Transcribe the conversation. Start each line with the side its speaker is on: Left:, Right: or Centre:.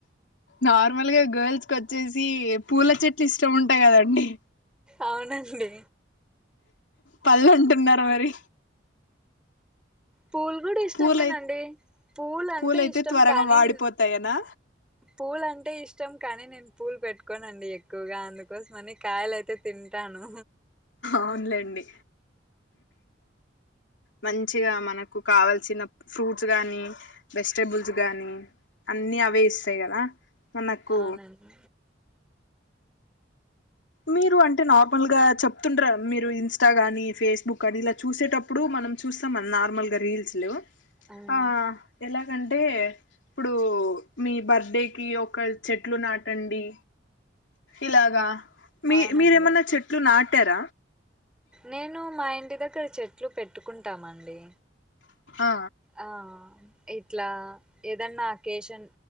Left: నార్మల్గా గర్ల్స్ క వచ్చేసి పూల చెట్లు ఇష్టం ఉంటయి కదండి
Centre: అవునండి
Left: పళ్ళు అంటున్నారు మరి
Centre: పూలు కూడా ఇష్టమేనండి.
Left: పూలై
Centre: పూలు అంటే
Left: పూలయితే
Centre: ఇష్టం
Left: త్వరగా
Centre: కానీ
Left: వాడిపోతాయనా
Centre: పూల అంటే ఇష్టం కానీ నేన్ పూల్ పెట్టుకోనండి ఎక్ క్కువగా అందుకోసంమని కాయలై తే తింటాను
Left: అవునులేండి. మంచిగా మనకు కావల్సిన ఫ్రూట్స్ గానీ వెజిటేబుల్స్ గానీ అన్నిీ అవ్ వేస్తయి కదా మనకు
Centre: అవునండి
Left: మీరు అంటే నార్మల్గా చెప్తుంటార్, మీరు ఇన్స్టా గాని, ఫేస్బుక్ కానీ ఇలా చూసేటప్పుడు, మనం చూస్తాం అ నార్మల్ గా రీల్స్లు
Centre: మ్మ్
Left: ఆ ఎలా ఎ అంటే ఇప్పుడు మీ బర్త్డేకి ఒక చెట్లు నాటండి ఇలాగా మీ
Centre: అవునండి
Left: మీరేమన్నా చెట్లు నాట్ టార
Centre: నేను మా ఇంటి దగ్గర చెట్లు పెట్టుకుంటామండి.
Left: ఆ
Centre: ఆ ఇట్లా ఏదన్నా అకేషన్